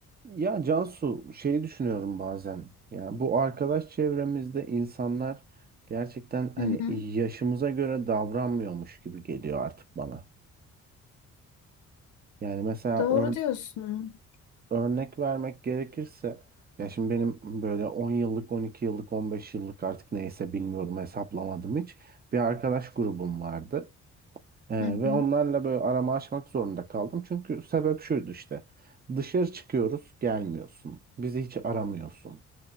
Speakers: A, on the right (about 30°); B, on the left (about 75°).
A: Ya Cansu şey düşünüyorum bazen. Ya bu arkadaş çevremizde insanlar gerçekten hani
B: Hı hı.
A: yaşımıza göre davranmıyormuş gibi geliyor artık bana. Yani mesela
B: Doğru
A: ör-
B: diyorsun.
A: örnek vermek gerekirse ya şimdi benim böyle 10 yıllık, 12 yıllık, 15 yıllık artık neyse bilmiyorum hesaplamadım hiç. Bir arkadaş grubum vardı. Ee,
B: Hı hı.
A: ve onlarla böyle aramı açmak zorunda kaldım. Çünkü sebep şuydu işte. Dışarı çıkıyoruz, gelmiyorsun. Bizi hiç aramıyorsun.